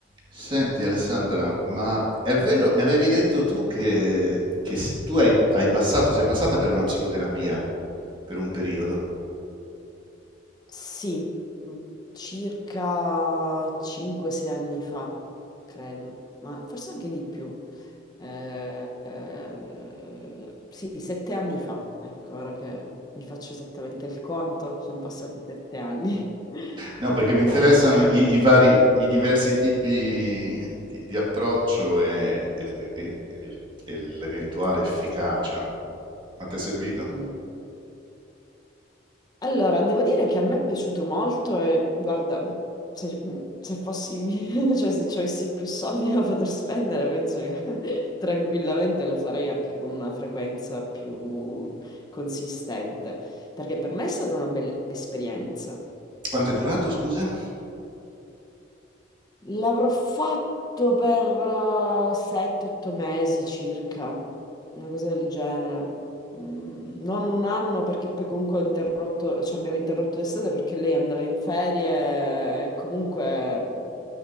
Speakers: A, on the right (about 25°); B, on the left (about 20°).
A: Senti Alessandra, ma è vero, mi avevi detto tu che, che s- tu hai, hai passato, sei passata per una psicoterapia per un periodo.
B: Sì, mm, circa 5-6 anni fa, credo, ma forse anche di più. Eh, eh, sì, 7 anni fa, ecco, ora che mi faccio esattamente il conto, sono passati 7 anni. <laughs>
A: No, perché mi interessano
B: Eh,
A: i, i vari, i diversi tipi di, di approccio e, e- e- e- e l'eventuale efficacia. Ma ti è servito?
B: mm. Allora, devo dire che a me è piaciuto molto e guarda, se, se fossi, <laughs> cioè se avessi più soldi da poter spendere, penso che <laughs> tranquillamente lo farei anche con una frequenza più consistente, perché per me è stata una bella esperienza.
A: Quanto è durato, scusa?
B: L'avrò fatto per 7-8 mesi circa, una cosa del genere. Mm, Non un anno perché poi comunque ho interrotto, cioè abbiamo interrotto l'estate perché lei andava in ferie e comunque